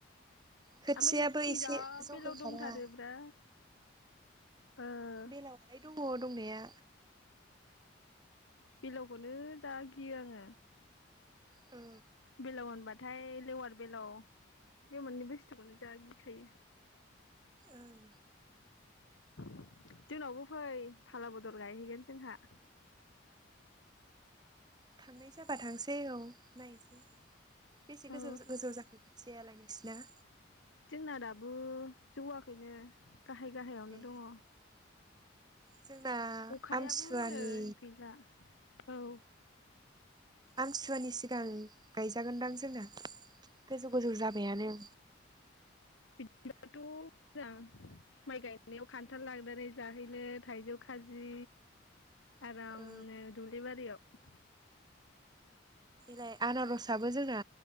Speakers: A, on the right (about 20°); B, on the left (about 75°).
A: खोथियाबो
B: ओमफ्राय नोंसिनिथिं
A: एसे
B: जा
A: जौहांखाबाय
B: बेलायाव दंथारोब्रा। ओ
A: बेलावहाय दङ दंनाया।
B: बेलावखौनो जा गियो आङो।
A: औ।
B: बेलाव होनबाथाय लेवार बेलाव बे मोननै बुस्थुखौनो जा गिखायो।
A: ओं
B: <inaudible> जोंनावबो फै फाला बदल गायहैगोन जोंहा।
A: थांनाय जाबा थांसै औ नायसै। बेसे
B: औ
A: गोजौ जो गोजौ जाखो? जियालाय नोंसिना?
B: जोंना दाबो जौवाखैनो। गाहाय गाहायावनो
A: ए
B: दङ।
A: जोंना
B: अखायाबो
A: आमथिसुवानि
B: नै गैला। औ।
A: आमथिसुवानि सिगां गायजागोनदां जोंना। गोजौ गोजौ जाबायानो।
B: बिदिनोबाथ' मोजां माइ गायनायाव खान्थाल लांनानै जाहैनो थाइजौ खाजि आरामनो
A: औ
B: दुब्लिबारियाव।
A: ने आनारसआबो जोंना